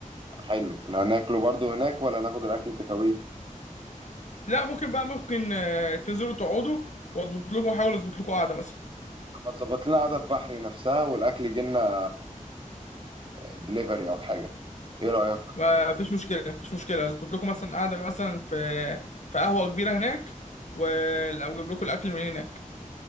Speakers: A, on the right; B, on the left.
A: حلو إن هناكله برضو هناك ولا ناخد الاكل تكاوي
B: لا ممكن بقى ممكن آه، تنزلوا تقعدوا واظبط لكم احاول اظبط لكم قعده مثلا
A: طب ما تظبط لنا قعدة في بحري نفسها والاكل يجي لنا دليفري او حاجة ايه رأيك
B: ما فيش مشكله مفيش مشكله اظبط لكم مثلا قعده مثلا في في قهوه كبيره هناك و- او اجيب لكم الاكل من هناك